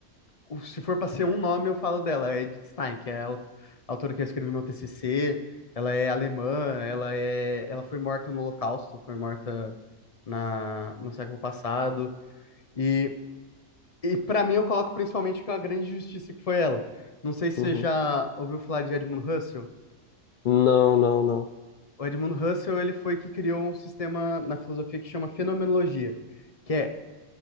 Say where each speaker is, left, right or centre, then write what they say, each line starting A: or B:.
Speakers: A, on the left (about 35°); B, on the left (about 75°).
A: o- se for pra ser um nome, eu falo dela, é Edith Stein, que é a au- a autora que eu escrevi meu TCC, ela é alemã, ela é, ela foi morta no Holocausto, foi morta na, no século passado, e, e para mim eu coloco principalmente que é a grande justiça que foi ela. Não sei se
B: Uhum.
A: você já ouviu falar de Edmund Husserl.
B: Não, não, não.
A: O Edmund Husserl, ele foi que criou um sistema na filosofia que chama fenomenologia, que é